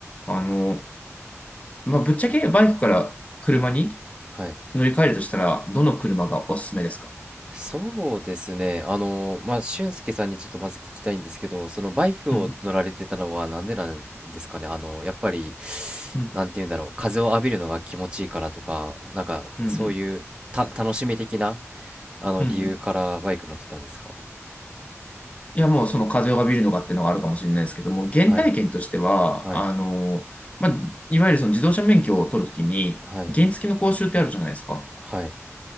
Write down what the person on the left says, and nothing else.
あの、まあ、ぶっちゃけバイクから車に
乗り換えるとしたら、どの車がおすすめですか
うん、
うん、
うん、
うん、うん。うんいや、もうその風を浴びるのかっていうのがあるかもしれないですけども、原体験としては、
あの、まあ、いわゆるその自動車免許を取るときに、
原付の講習ってあるじゃないですか。